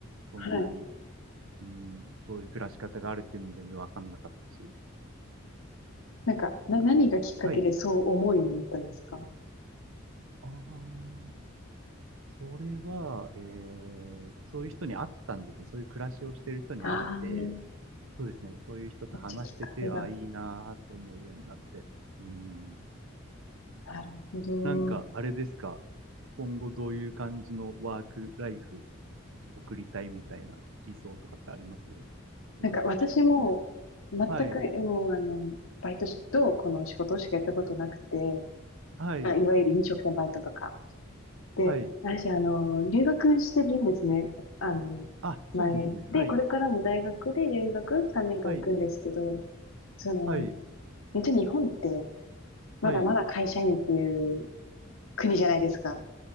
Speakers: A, on the right (about 75°); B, on the left (about 80°).
A: そんなに、
B: はい。
A: うん、そういう暮らし方があるっていうのも全然分かんなかったし。
B: なんか、
A: だから、
B: な、何がきっかけでそう思うようになったんですか
A: はい。ああ、それは、えー、そういう人に会ったんですね。そういう暮らしをしてる人に会って、
B: ああー、め
A: そうですね。そういう人と話してて、
B: っちゃきっかけが。
A: ああ、いいなーと思うようになって。うん。
B: なるほど。
A: なんか、あれですか。今後どういう感じのワークライフ送りたいみたいな理想とかってありますふわっとしたもので。
B: なんか私も全くもうあの、
A: はい。
B: バイトしとこの仕事しかやったことなくて、
A: はい。
B: あ、いわゆる飲食店バイトとか。で、
A: はい。
B: 私あの、留学してるんですね。あの、
A: あ、そうなんですね。
B: 前。で、
A: はい。
B: これからも大学で留学3年間行くんですけど、
A: はい。
B: その、
A: はい。
B: めっちゃ日本って
A: はい。
B: まだまだ会社員っていう国じゃないですか。